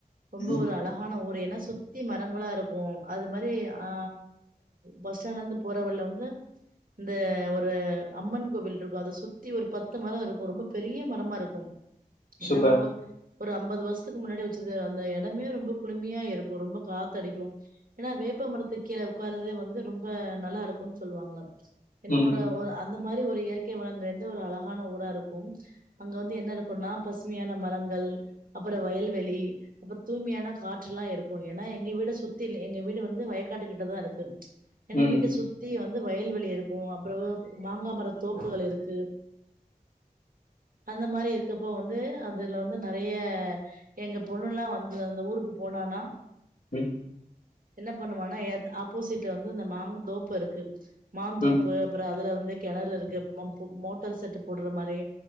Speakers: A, on the right; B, on the left.
A: ரொம்ப
B: ம்
A: ஒரு அழகான ஊர் ஏன்னா சுத் சுத்தி மரங்களா இருக்கு அது மாரி ஹ பஸ் ஸ்டாண்ட்ல இருந்து போற வழில வந்து இந்த ஒரு அம்மன் கோவில் இருக்கு அத சுத்தி ஒரு பத்து மரோ இருக்கு ரொம்ப பெரிய மரமா இருக்கு என்னா
B: சூப்பர்
A: அவ ஒரு ஐம்பது வருஷத்துக்கு முன்னாடி வச்சது அந்த இடமே ரொம்ப குளிமையா இருக்கு ரொம்ப காத்தடிக்கு ஏன்னா வேப்பமரத்து கீழே உட்காறதே வந்து ரொம்ப நல்லா இருக்குன்னு சொல்லுவாங்க என்னா
B: ம்
A: ஒரு ஒரு அ அந்த மாரி ஒரு இயற்கை வளன் இருந்து ஒரு அழகான ஊரா இருக்கும் அங்க வந்து என்ன இருக்கும்னா பசுமையான மரங்கள் அப்புற வயல்வெளி அப்புற தூய்மையான காற்று எல்லா இருக்கு ஏன்னா எங்க வீட சுத்தி எங்க வீடு வந்து வயக்காட்டு கிட்டதா இருக்கு என
B: ம்
A: வீட்ட சுத்தி வந்து வயல்வெளி இருக்கு அப்புற மாங்காமர தோப்புகள் இருக்கு அந்த மாரி இருக்கப்போ வந்து அதுல வந்து நறைய எங்க பொண்ணுல்லா வந்து அந்த ஊருக்கு போனனா
B: உம்
A: என்ன பண்ணுவானா எத் ஆப்போசிட்ல வந்து இந்த மாங் தோப் இருக்கு மாந்தோப்பு
B: ம்
A: அப்புற அதுல வந்து கிணறு இருக்கு பம்ப் மோட்டார் செட் போடுற மாரி